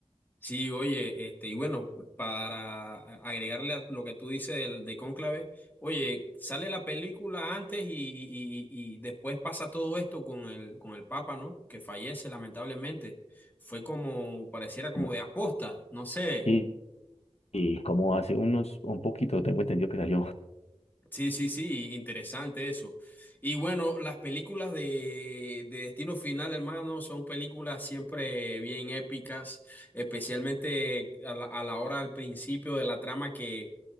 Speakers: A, on the left; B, on the left.
A: Sí, oye, este, y bueno, para agregarle a lo que tú dices del, de cónclave, oye, sale la película antes y, y- y- y después pasa todo esto con el, con el papa, ¿no? Que fallece lamentablemente. Fue como, pareciera como
B: No.
A: de aposta, no sé.
B: Y, y como hace unos, un poquito, tengo entendido que salió. <laughs>
A: Sí, sí, sí, interesante eso. Y bueno, las películas de, de Destino Final, hermano, son películas siempre bien épicas, especialmente a la, a la hora al principio de la trama que,